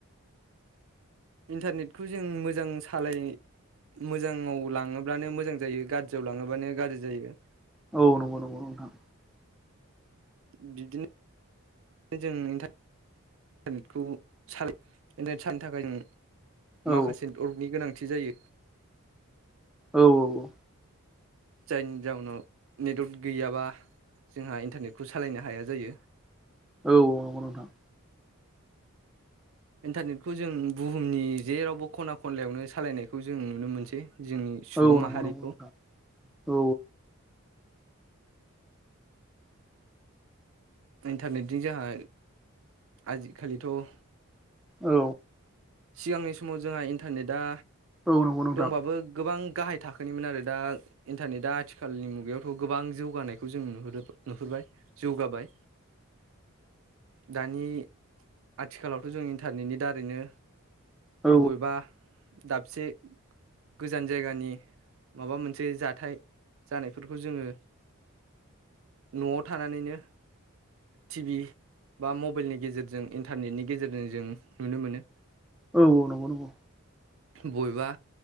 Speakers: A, on the right; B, in the centre.
A: इन्टारनेटखौ जों मोजां सालाय मोजाङाव लाङोब्लानो मोजां जायो गाज्रियाव लाङोब्लानो गाज्रि जायो।
B: औ नंगौ नंगौ नोंथां।
A: बिदिनो जोंनि था इन्टारनेटखौ सालाइ इन्टारनेट सालायनो थाखाय जों
B: औ
A: माखासे <unintelligible> गोनां थि जायो।
B: औ औ औ।
A: जायनि जाउनाव नेटवार्क गैयाबा जोंहा इन्टारनेटखौ सालायनो हाया जायो।
B: औ औ नंगौ नोंथां।
A: इन्टारनेटखौ जों बुहुमनि जेरावबो खना खनलायावनो सालायनायखौ जों नुनो मोनसै। जोंनि सुबुं
B: औ नंगौ
A: माहारिखौ।
B: नंगौ नोंथां औ
A: इन्टारनेटजों जोंहा आजिखालिथ'
B: औ।
A: सिगांनि समाव जोंहा इन्टारनेटआ
B: औ नंगौ नोंथां
A: दंबाबो गोबां गाहाय थाखोनिमोन आरो दा इन्टारनेटआ आथिखालनि मुगायावथ' गोबां जौगानायखौ जों नुहुरो नुहुरबाय जौगाबाय दानि आथिखालावथ' जों इन्टारनेटनि दारैनो
B: औ
A: बबेबा दाबसे गोजान जायगानि माबा मोनसे जाथाय जानायफोरखौ जोंङो न'आव थानानैनो टि भि बा मबाइलनि गेजेरजों इन्टारनेटनि गेजेरजों जों नुनो मोनो।
B: औ औ नंगौ नंगौ।
A: बबेबा